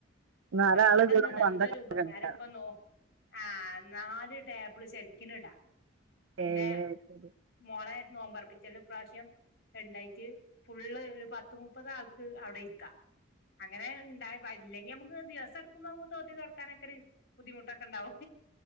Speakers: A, on the right (about 75°); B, on the left (about 50°).
A: നാലാള്
B: അതുകൊണ്ടന്നാന്തൊരു
A: കൂടുമ്പോ പന്തൊക്കെ
B: ഉപകാര
A: കളിക്കാ
B: ഇപ്പന്നോ ആഹ് നാല് ടേബ്ള് ശരിക്ക്നിടാ ഇന്റേ
A: ഏഹ് ശരി
B: നമ്മളെ നോമ്പു റപ്പിച്ചാലിനു ഇപ്രാശ്യം രണ്ടായ്റ്റ് ഫുള്ള് പത്ത് മുപ്പത് ആൾക്ക് അവിടെ ഇരിക്ക അങ്ങനെ ഉണ്ടായി ഇല്ലെങ്കി ഞമ്മക്ക് ദിവസെടുക്കുമ്പൊ നമ്മക്ക് തോത്തി തൊടക്കാനൊക്കെ ഒരു ബുദ്ധി മുട്ട് ഒക്കെ ഇണ്ടാവും